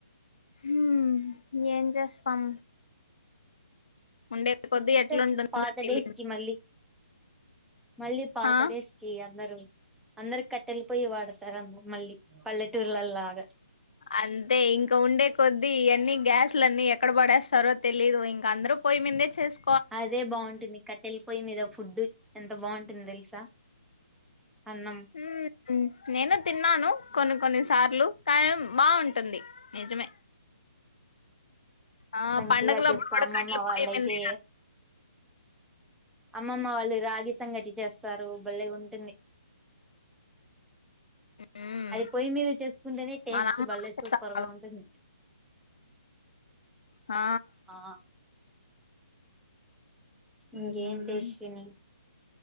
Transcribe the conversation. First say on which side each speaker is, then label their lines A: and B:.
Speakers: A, on the left (about 70°); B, in the centre.
A: హ ఏం చేస్తాం ఉండే కొద్దీ
B: అంత
A: ఎట్లుంటుందో
B: పాత
A: తెలీదు
B: డేస్కి మళ్ళీ మళ్ళీ పాతడే
A: ఆ
B: స్కీయా అందరు అందరు కట్టెళ్ళిపోయి వాడతారు అందరు మళ్ళీ పల్లెటూర్లలాగా
A: అంతే ఇంకా ఉండే కొద్ది అన్ని గ్యాస్లు అన్ని ఎక్కడ పడేస్తారో తెలీదు ఇంక అందరు పోయి మీందే చేస్త
B: అదే బాగుంటుంది కట్టెలు పొయ్యి మీద ఫుడ్డు ఎంత బాగుంటుంది తెలుసా అన్నం
A: హ్మ్ మ్మ్ నేను తిన్నాను కొన్ని కొన్ని సార్లు కాయం బాగుంటుంది నిజమే ఆ
B: మంచిగా
A: పండగలప్పుడు
B: చెప్తా
A: కూడా
B: అమ్మమ్మ
A: కట్టెల
B: వాళ్ళయితే
A: పొయ్యి మీందే కదా
B: అమ్మమ్మ వాళ్ళు రాగి సంగటి చేస్తారు భలేగుంటుంది
A: హ్మ్
B: అది పొయ్యి మీద చేసుకుంటేనే టేస్ట్
A: మా నాన్న
B: భలే
A: బాగా చేస్తారు.
B: సూపర్ గా ఉంటుంది
A: ఆ
B: ఆ ఇంకేంటి
A: మ్మ్
B: యశ్విని